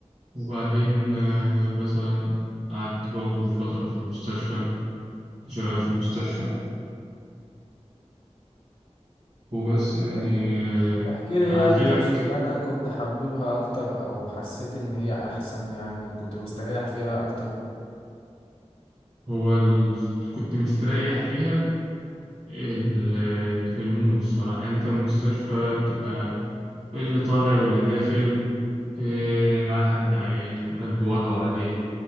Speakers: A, on the right; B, on the left.
A: وبعدين آه، مثلا قعدت برضه فترة في المستشفى كنت شغال في المستشفى وبس يعني
B: إح-
A: آه،
B: احكي لي ايه
A: أحكي
B: اكتر
A: لك
B: شغلانة كنت حاببها اكتر او حسيت ان هي احسن يعني كنت مستريح فيها اكتر
A: هو ال- اللي كنت مستريح فيها ال- اللي في المول الصراحة يعني أنت المستشفى بتبقى اللي طالع واللي داخل آه، اللي معاه حد عيان قلبه وجعه عليه